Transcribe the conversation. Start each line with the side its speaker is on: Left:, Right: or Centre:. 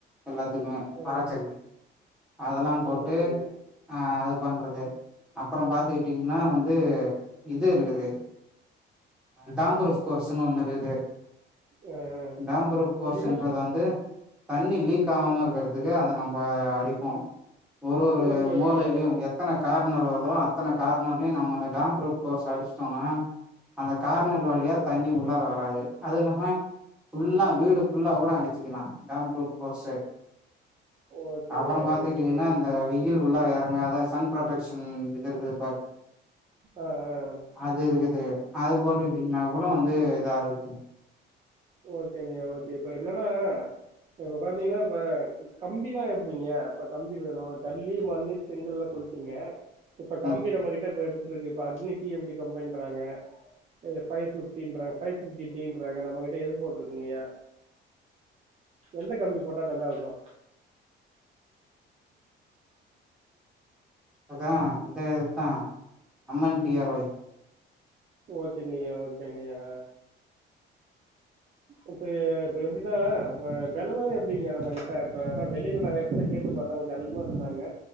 Centre: எல்லாத்துக்குமே
Right: ஆ
Centre: அரஜல்லி அதெல்லா போட்டு
Right: ஓகேங்க
Centre: ஆ அதுபண்றது அப்பறம் பாத்துக்கிட்டீங்ன்னா வந்து இது இருக்குது டாம்பரோஸ் கோர்ஸ்ன்னு ஒண்ணு இருக்குது
Right: ஆ
Centre: டாம்புரூப் போர்ஸ்ன்றது
Right: அப்படின்னா
Centre: வந்து தண்ணி லீக் ஆவாம இருக்கற்து துக்கு அத நம்ப அடிப்போ ஒர் ஒரு
Right: ஓகே
Centre: மூளையில்யு
Right: ஓகே
Centre: எத் அத்தன கார்னர் வருதோ அத்தன கார்னர்லிநம்ம ட டாம்ப்ருகோர்ஸ் அடி சொன்னா அந்த கார்நல்
Right: ஆ
Centre: வழியா தண்ணி உள்ளார வராது அது என்னமா ஃபுல்லா வீடு ஃபுல்லா கூட அடிச்சிக்கலா டாம்ப்ருகோர்செட்
Right: ஓகேங்கய்யா
Centre: அப்பறம் பாத்துக்கிட்டீங்க்ன்னா
Right: ஓகே ஓகே
Centre: இந்த வெயில் உள்ளற எறங்காத சன் ப்ரொடக்ஷன் இது இருக்குது பா
Right: அ அ
Centre: அது இருக்குது அது போட்டுகிட்டீங்ன்னா கூடொ வந்து இதா இருக்
Right: ஓக்கேங்க ஓக்கே இப்ப என்னன்னா இப்ப பாத்தீங்ன்னா இப்ப கம்பில்லா எப்டிங்க இப்ப கம்பி வேணு ஐல்லி மண்ணு செங்கல்லா சொல்டீங்க இப்ப கம்பி
Centre: ம்
Right: நம்மகிட்ட ப்ப எப்பட்ருக்கு ப்ப அக்னி டி எம் டி கம்பின்றாங்க இவுர் ஃபைஃபிப்ட்டின் றாங் ஃபைஃபிப்ட்டி டீன்றாங்க நம்மகிட்ட எது போட்டிருக்கீங்கயா எந்த கம்மி போட்டா நல்லாருக்கு
Centre: அத்தா அந்த இத்தா அம்மன் டி ஆர் ஒய்
Right: ஓகேங்ஐயா ஓகேங்ஐயா இப்ப இப்ப எப்டின்னா இப்ப வெல்லொ எப்படிங்க நம்மகிட்ட ப்ப எனா வெளியில நாங்க எடத்தன்னா கேட்டு பாத்தா கொஞ்சொ அதிகமா சொன்னாங்க